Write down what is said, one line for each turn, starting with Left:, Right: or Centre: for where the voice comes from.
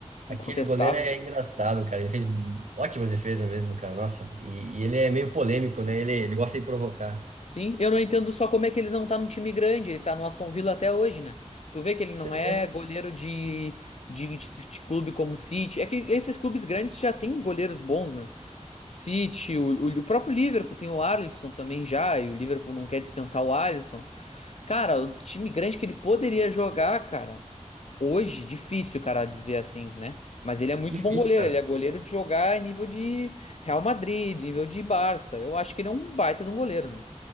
Right: aquele
Left: Incontestável.
Right: goleiro é engraçado, cara. Ele fez ótimas defesas mesmo, cara. Nossa, e, e ele é meio polêmico, né? Ele, ele gosta de provocar.
Left: Sim, eu não entendo só como é que ele não tá num time grande, ele tá no Aston Villa até hoje, né? Tu vê que ele não
Right: Você
Left: é
Right: vê.
Left: goleiro de, de, de de clube como o City. É que esses clubes grandes já têm goleiros bons, né? City, o, o, o próprio Liverpool tem o Alisson também já, e o Liverpool não quer dispensar o Alisson. Cara, o time grande que ele poderia jogar, cara, hoje, difícil, cara, dizer assim, né? Mas ele é muito
Right: Difícil,
Left: bom goleiro,
Right: cara.
Left: ele é goleiro de jogar em nível de Real Madrid, nível de Barça. Eu acho que ele é um baita de um goleiro, né?